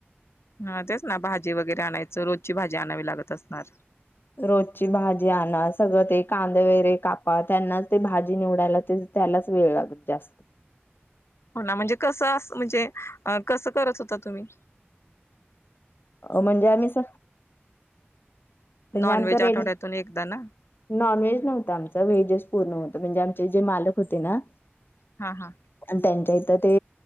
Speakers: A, on the left; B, on the left.
A: हा तेच ना भाजी वगैरे आणायच रोजची भाजी आणावी लागत असणार.
B: रोजची भाजी आणा सगळ ते कांदे वगैरे कापा त्यांना ते भाजी निवडायला ते त्यालाच वेळ लागत जास्त
A: हो ना म्हणजे कसं अस म्हणजे कसं करत होता तुम्ही
B: म्हणजे आम्ही स म्हणजे
A: नॉनव्हेज
B: आमचा रे
A: आठवड्यातून एकदा ना
B: नॉन व्हेज नव्हत आमचा व्हेजस पूर्ण होत म्हणजे आमचे जे मालक होते ना
A: हा हा
B: त्यांच्या इथं ते